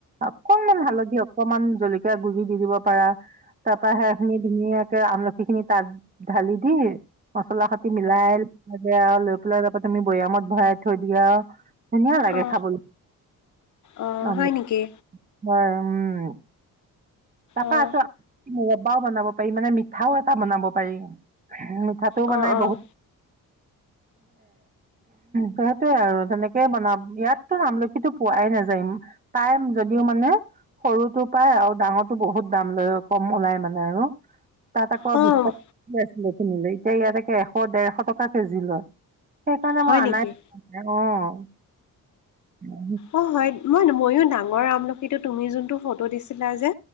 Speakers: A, on the right; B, on the left.
A: অকনমান হালধি অকমান জলকীয়া গুৰি দি দিব পাৰা। তাৰ পৰা সেইখিনি ধুনীয়াকে আমলখি খিনি তাত ঢালি দি, মছলা মিলাই লৈ পেলাই তাৰ পৰা তুমি বৈয়ামত ভৰাই থৈ দিয়া। ধুনীয়া লাগে
B: অ
A: খাবলৈ,
B: অ
A: আমলখি
B: হয় নেকি
A: হয়', উম',। তাৰপা
B: অ
A: এটো মব্বাও বনাব পাৰি মানে, মিঠাওঁ এটা বনাব পাৰি। মিঠাটো বনাই
B: অ',
A: বহুত,
B: অ',
A: সিহেতে আৰু তেনেকেই বনাম ইয়াততো আমলখিতো পোৱাই নাযায়, পাইম যদিওঁ মানে সৰুটো পায় আৰু ডাঙৰটো বহুত দাম লয়, কম ওলাই মানে আৰু। তাত আকৌ
B: অ',
A: বিশ টকা কে আছিলে কিনিলে, এতিয়া ইয়াতে এশ ডেৰশ টকা কেজি লয়। সেইকাৰণে
B: হয়
A: মই অনাই
B: নেকি?
A: নাই অ',।
B: অহ', হয়' মই ময়ো ডাঙৰ আমলখিটো তুমি যোনটো ফটো দিছিলা যে